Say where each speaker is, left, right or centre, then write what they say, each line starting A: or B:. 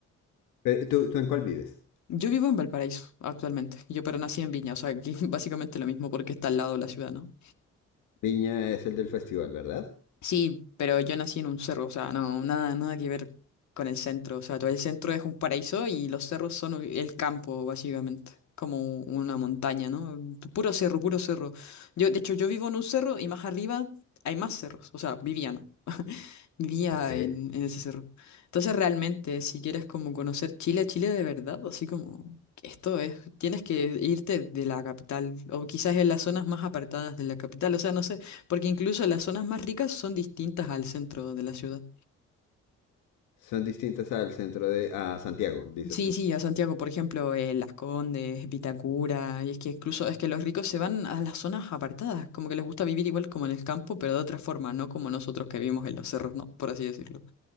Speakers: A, on the left (about 85°); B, on the left (about 65°).
A: Eh, ¿Tú, tú en cuál vives?
B: Yo vivo en Valparaíso actualmente. Yo pero nací en Viña, o sea, que <laughs> básicamente lo mismo porque está al lado de la ciudad, ¿no?
A: Viña es el del festival, ¿verdad?
B: Sí, pero yo nací en un cerro, o sea, no, nada, nada que ver con el centro. O sea, todo el centro es un paraíso y los cerros son u- el campo, básicamente, como una montaña, ¿no? Puro cerro, puro cerro. Yo, de hecho, yo vivo en un cerro y más arriba hay más cerros, o sea, vivía, ¿no? <laughs> Vivía
A: Ok.
B: en, en ese cerro. Entonces, realmente, si quieres como conocer Chile, Chile de verdad, así como que esto es, tienes que irte de la capital, o quizás en las zonas más apartadas de la capital, o sea, no sé. Porque incluso las zonas más ricas son distintas al centro de la ciudad.
A: Son distintas al centro de... a Santiago, dices
B: Sí,
A: tú.
B: sí, a Santiago, por ejemplo, eh, Las Condes, Vitacura, y es que incluso es que los ricos se van a las zonas apartadas, como que les gusta vivir igual como en el campo, pero de otra forma, no como nosotros que vivimos en los cerros, ¿no? Por así decirlo.